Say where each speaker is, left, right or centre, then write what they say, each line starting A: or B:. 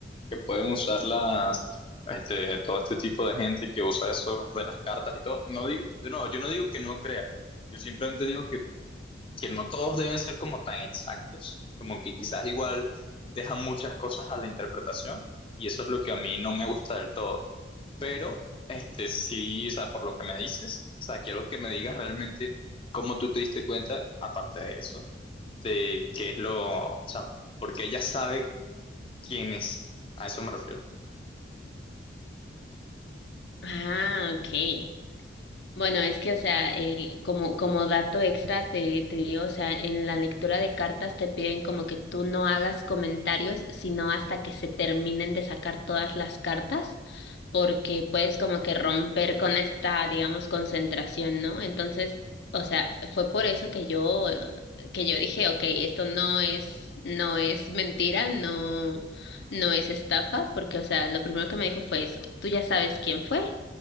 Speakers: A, on the left (about 30°); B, on the left (about 70°).
A: que pueden usar las, este, todo este tipo de gente que usa eso de las cartas y todo. No digo, no, yo no digo que no crea. Yo simplemente digo que, que no todos deben ser como tan exactos, como que quizás igual dejan muchas cosas a la interpretación y eso es lo que a mí no me gusta del todo. Pero, este, sí, o sea, por lo que me dices, o sea, quiero que me digas realmente cómo tú te diste cuenta, aparte de eso, de qué es lo, o sea, porque ella sabe quién es. A eso me refiero.
B: Ah, ok. Bueno, es que, o sea, eh, como, como dato extra te, te digo, o sea, en la lectura de cartas te piden como que tú no hagas comentarios, sino hasta que se terminen de sacar todas las cartas, porque puedes como que romper con esta, digamos, concentración, ¿no? Entonces, o sea, fue por eso que yo, eh, que yo dije, ok, esto no es, no es mentira, no, no es estafa, porque, o sea, lo primero que me dijo fue eso. ¿Tú ya sabes quién fue?